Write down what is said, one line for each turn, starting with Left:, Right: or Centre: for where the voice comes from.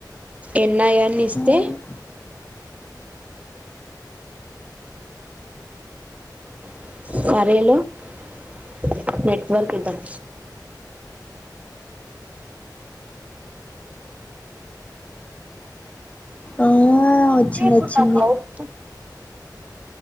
Right: N I N ఇస్తే
Left: డాలర్
Right: <unintelligible> నెట్వర్క్ ఇద్దాం
Left: ఆ వచ్చింది
Right: ఇప్పుడు
Left: వచ్చింది
Right: నాకు అవుట్పుట్